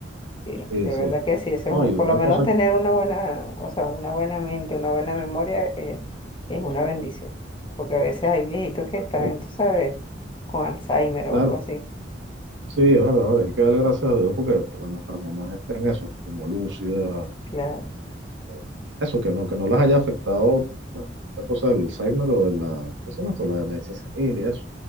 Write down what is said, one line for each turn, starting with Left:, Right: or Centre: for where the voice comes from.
Left: Sí,
Right: sí,
Left: de
Right: sí.
Left: verdad que sí, eso
Right: No,
Left: es un,
Right: y una
Left: por lo menos
Right: cosa,
Left: tener una buena, o sea, una buena mente, una buena memoria eh, es una bendición, porque a veces hay viejitos que están,
Right: sí,
Left: tú sabes, con Alzheimer
Right: claro,
Left: o algo así.
Right: sí, es verdad, vale, hay que darle gracias a Dios porque, porque nuestras mamás estén eso, como lúcidas,
Left: Claro,
Right: como- eso, que no, que no las haya afectado la, la cosa del Alzheimer o de la, ¿qué se llama esto? La demencia senil y eso.